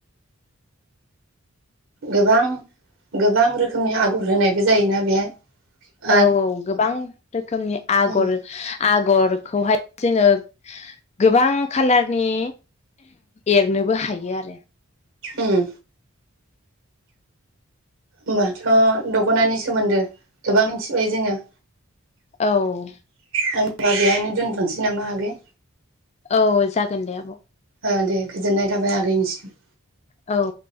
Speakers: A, on the right (about 70°); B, on the left (about 30°).
A: गोबां गोबां रोखोमनि आगर होनायबो जायोना बेहाय आरो
B: औ औ गोबां रोखोमनि आगर
A: उम
B: आगरखौहाय जोङो गोबां खालारनि एरनोबो हायो आरो
A: ओम होनोमबाथ' दख'नानि सोमोन्दो गोबां मिथिबाय जोङो।
B: औ
A: होनोमबा बेहायनो दोनथ'नोसै नामा आगै
B: औ जागोन दे आब'
A: औ दे गोजोननाय थाबाय आगैनिसिम
B: औ